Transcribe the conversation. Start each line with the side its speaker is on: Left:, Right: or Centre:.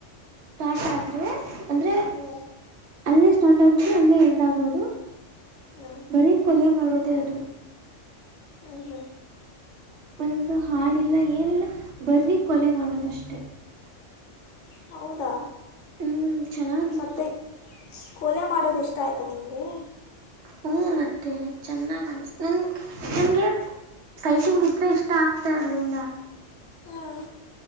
Right: ಸ್ಟಾರ್ಟ್ ಆದ್ರೆ ಅಂದ್ರೆ
Left: ಹ್ಞೂ
Right: ಅಲ್ಲೇ ಸ್ಟಾರ್ಟ್ ಆಗ್ಬೋದು ಅಲ್ಲೇ ಎಂಡ್ ಆಗ್ಬೋದು
Left: ಹ್ಞೂ
Right: ಬರೀ ಕೊಲೆ ಮಾಡೋದೆೇ ಅದು
Left: ಹ್ಮ್ ಹ್ಮ್
Right: ಒಂದು ಹಾಡಿಲ್ಲ ಏನಿಲ್ಲ ಬರ್ರಿ ಕೊಲೆ ಮಾಡೋದಷ್ಟೆ
Left: ಹೌದಾ
Right: ಹ್ಮ್ ಚೆನ್ನಾಗಿತ್ತು
Left: ಮತ್ತು ಕೋಲೆ ಮಾಡೋದು ಇಷ್ಟ ಆಯಿತಾ ನಿನಗೆ
Right: ಹ್ಮ ಮತ್ತೆ ಚೆನ್ನಾಗ ಅನ್ಸ ನಂಗೆ ಸೈಟಿಂಗ್ ಇದ್ರೆ ಇಷ್ಟ ಆಗ್ತಾ ಇರ್ಲಿಲ್ಲ
Left: ಹಾಂ